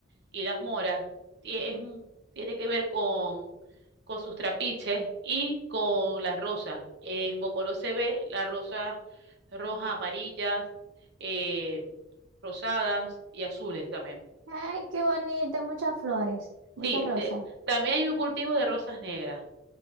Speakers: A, on the right; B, on the right.
A: y las moras, ti- es un- tiene que ver con, con sus trapiches y con las rosas. En Bocono se ve las rosas rojas, amarillas, eh, rosadas y azules también.
B: Ay, qué bonito, muchas flores, muchas
A: Sí,
B: rosas.
A: de- también hay un cultivo de rosas negras.